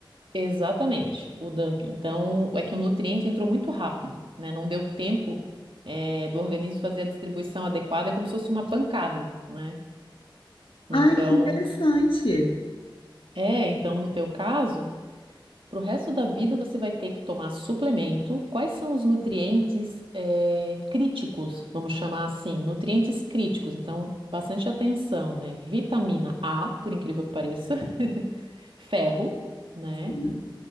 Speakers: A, on the right; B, on the left.
A: exatamente, o dump. Então, é que o nutriente entrou muito rápido, né? Não deu tempo, é, do organismo fazer a distribuição adequada, é como se fosse uma pancada, né? Então,
B: Ai, que interessante.
A: é, então no teu caso. Para o resto da vida, você vai ter que tomar suplemento. Quais são os nutrientes eh, críticos, vamos chamar assim, nutrientes críticos? Então, bastante atenção, né? Vitamina A, por incrível que pareça, <laughs> ferro, né?
B: Sim,